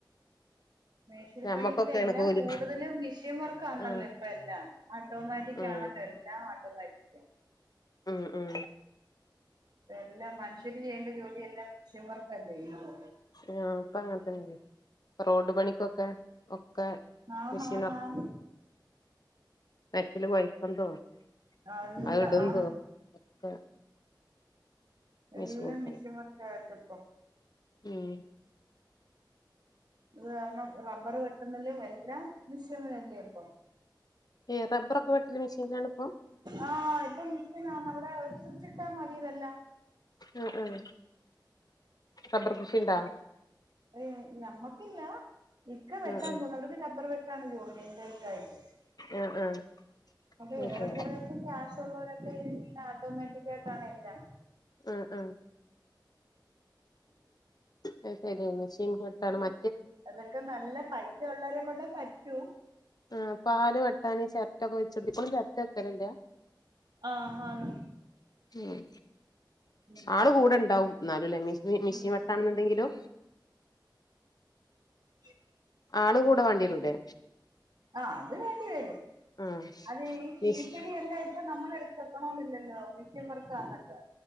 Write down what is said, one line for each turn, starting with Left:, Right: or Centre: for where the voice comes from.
Right: മേശിരിപ്പണി
Left: ഞമ്മക്കൊക്കെയാണ്
Right: ഇപ്പ എല്ലാം
Left: കൂലി
Right: കൂടുതലും മിഷ്യൻ വർക്കാന്നല്ലോ
Left: ഉം
Right: ഇപ്പ എല്ലാം. ഓട്ടോമാറ്റിക്
Left: ഉം
Right: ആണല്ലോ എല്ലാം ഓട്ടോമാറ്റിക്കാ
Left: ഉം ഉം
Right: എല്ലാം മനുഷ്യര് ചെയ്യേണ്ട ജോലി എല്ലാം മിഷ്യൻ വർക്കാ ചെയ്യുന്നത്.
Left: ആഹ് ഇപ്പ അങ്ങനത്തന്നെ ഇപ്പ റോഡ് പണിക്കൊക്കെ ഒക്കെ
Right: ആന്ന്
Left: മെഷീൻ
Right: ആന്ന് ആന്ന്
Left: സ്പെഷ്യല് <unintelligible>
Right: അല്ല
Left: അത് ഇടും
Right: ആന്ന്
Left: തോ ഒക്കെ മെഷീൻ
Right: എല്ലാം
Left: തന്നെ
Right: മിഷേൻ വർക്ക് ആയിട്ട് ഇപ്പൊ
Left: ഉം
Right: അത് കാരണം റബ്ബർ വെട്ടുന്നേലും എല്ലാം മിശേങ്ങളല്ലേ ഇപ്പൊ
Left: ഈ റബ്ബറൊക്കെ വെട്ടല് മിഷേനാണ് ഇപ്പൊം
Right: ആഹ് ഇപ്പൊ മിഷേനാണ് അവിടെ ഒരു സ്വിച്ചിട്ടാ മതി ഇതെല്ലാം
Left: ആഹ് ആഹ് റബ്ബർ കൃഷി ഉണ്ടോ
Right: ഏഹ് ഞമ്മക്കില്ല ഇക്ക വെട്ടാൻ
Left: ആഹ്
Right: പോകുന്നു അവർക്ക് റബ്ബറ് വെ ട്ടാണ് ജോലി എന്റെ ഇക്കാക്ക്
Left: ആഹ് ആഹ് ആഹ്
Right: അപ്പൊ
Left: അത്
Right: ഏറെ
Left: ശരി
Right: കുറെയൊക്കെ കാശ് ശൊള്ളൊരൊക്കെ ഇങ്ങനെ ആട്ടോമറ്റിക്കായിട്ടാണ് എല്ലാം
Left: ഉം ഉം അത് ശരി മെഷീൻ കട്ടാണ് മ
Right: അതൊക്കെ നല്ല പൈസ ഉള്ളവരെ കൊണ്ടേ പറ്റൂ
Left: ആഹ് പാല് വെട്ടാന് ചിരട്ട <unintelligible> ഇപ്പൊ ഒന്നും ചിരട്ട വെക്കലില്ലാ
Right: ആഹ് ആന്ന്
Left: ഉം
Right: ഉം
Left: ആള് കൂടെ ഉണ്ടാവും എന്നാലും ല്ലേ മിശ് മി മിഷേൻ
Right: ഉം
Left: വെട്ടാണ് എന്നുണ്ടെങ്കിലോ
Right: ഉം ഉ
Left: ആള് കൂടെ വേണ്ടി വാരൂല്ലേ
Right: ആഹ് അത് വേണ്ടി വരും
Left: ആഹ്
Right: അത് ഈ ഷീറ്റടി
Left: മെഷീൻ
Right: <unintelligible> ഇപ്പൊ നമ്മളെ അടുത്ത് എത്തണോന്നില്ലല്ലോ മിഷേൻ വർക്കാണല്ലോ